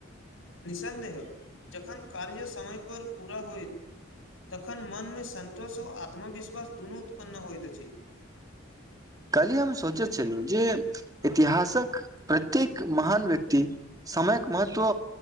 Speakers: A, on the left; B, on the right.
A: निसन्देह जखन कार्य समय पर पूरा होय तखन मन मे संन्तोष आ आत्मविश्वास दुनू उत्पन्न होइत अछि।
B: काल्हि हम सोचैत छलहुँ जे इतिहासक प्रत्येक महान व्यक्ति। समयक महत्व